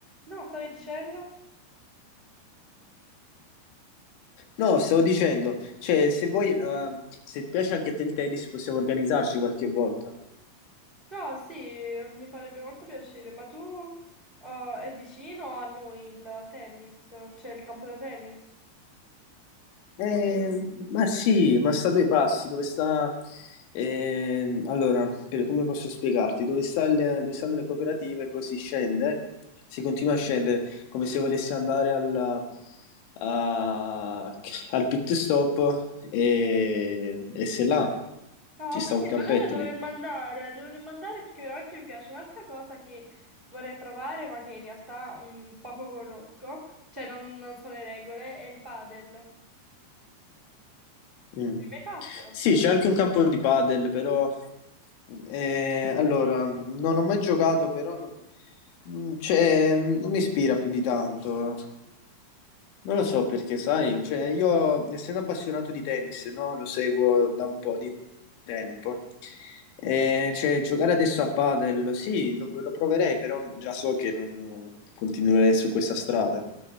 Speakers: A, on the right; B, on the left.
A: No, stavi dicendo?
B: No, stavo dicendo, cioè se vuoi, eh, se piace anche a te il tennis possiamo organizzarci qualche volta.
A: No, sì, mi farebbe molto piacere, ma tu eh, è vicino a noi il tennis, cioè il campo da tennis?
B: Eh, ma sì, ma sta a due passi, dove sta... ehm, allora, per- come posso spiegarti? Dove sta il- dove stanno le cooperative, poi si scende, si continua a scendere, come se volessi andare al, a- al pit stop e, e se là
A: No,
B: ci
A: ho
B: sta
A: capito,
B: un campetto
A: allora dovremmo
B: lì.
A: andare, dovremmo andare perché veramente mi piace. Un'altra cosa che vorrei provare, ma che in realtà mh, poco conosco, cioè non, non so le regole, è il padel. L'hai
B: Mm.
A: mai fatto?
B: Sì, c'è anche un campo di padel, però eh, allora non ho mai giocato, però non, mm, cioè, non mi ispira più di tanto. Non lo so perché, sai, cioè, io essendo appassionato di tennis, no, lo seguo da un po' di tempo. Eh, cioè, giocare adesso a padel, sì, lo, lo proverei, però già so che non continuerei su questa strada.